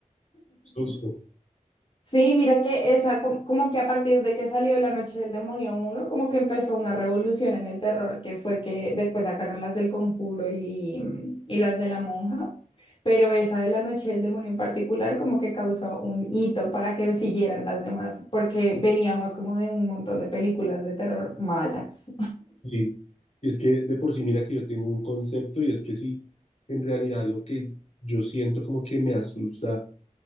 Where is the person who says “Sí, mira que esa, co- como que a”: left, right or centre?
Left